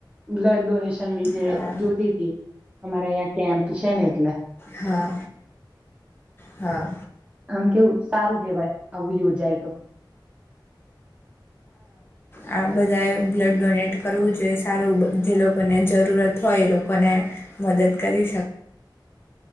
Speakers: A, on the right; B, on the left.
A: બ્લડ.
B: હા
A: જોતી તી અમારા અં કેમ્પ છે ને એટલે.
B: હા હા
A: આમ કેવું સારું કેહેવાય આવું યોજાય તો.
B: આ બધાએ બ્લડ ડોનેટ કરવું જોઈએ સારું જે લોકોને જરૂરત હોય એ લોકો લોકોને મદદ કરી શક